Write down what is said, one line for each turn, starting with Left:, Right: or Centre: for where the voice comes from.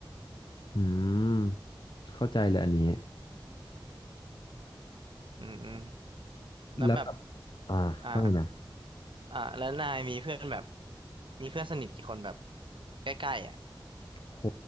Left: อืมเข้าใจเลยอันนี้
Right: อืมอืมแล้วแบบ
Left: แล้วแบบอ่าว่าไงนะ
Right: อ่าอ่าแล้วนายมีเพื่อนแบบมีเพื่อนสนิทกี่คนแบบใกล้ๆอ่ะ
Left: โห